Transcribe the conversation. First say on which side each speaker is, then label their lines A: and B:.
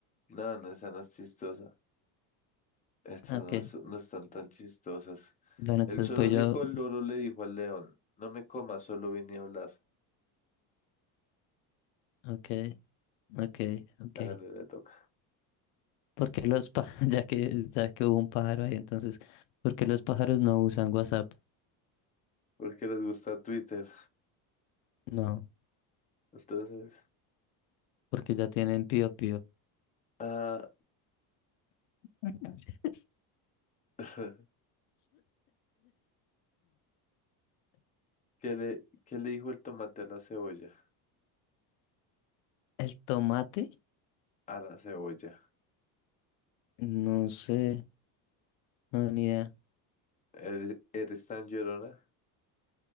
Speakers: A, on the left; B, on the left.
A: No, no, esa no es chistosa. Estas
B: Ok.
A: no, es- no están tan chistosas.
B: Bueno, entonces
A: El zoológico
B: voy yo.
A: del loro le dijo al león, no me comas, solo vine a hablar.
B: Ok, ok, ok.
A: La galera le toca.
B: porque los pájaros, <laughs> ya que, ya que hubo un pájaro ahí, entonces, ¿por qué los pájaros no usan WhatsApp?
A: Porque les gusta Twitter.
B: No,
A: Entonces,
B: porque ya tienen pío pío.
A: ah,
B: <laughs>
A: <laughs> ¿qué le, qué le dijo el tomate a la cebolla?
B: El tomate,
A: A la cebolla.
B: no sé, no, ni idea.
A: ¿Eres, eres tan llorona?